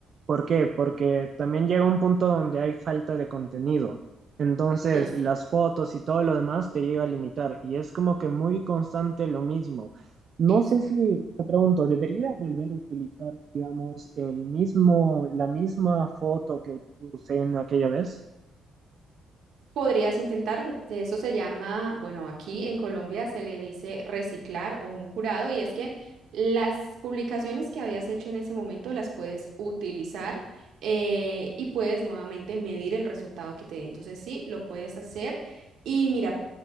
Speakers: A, on the right (about 50°); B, on the right (about 75°).
A: ¿Por qué? Porque también llega un punto donde hay falta de contenido. Entonces
B: Es
A: las fotos y todo lo demás te llega a limitar y es como que muy constante lo mismo. No
B: Exacto.
A: sé si, te pregunto, ¿debería volver a utilizar, digamos, el mismo, la misma foto que usé en aquella vez?
B: Podrías intentarlo. De Eso se llama, bueno, aquí en Colombia se le dice reciclar o un jurado y es que las publicaciones que habías hecho en ese momento las puedes utilizar eh, y puedes nuevamente medir el resultado que te dé. Entonces sí, lo puedes hacer y mira,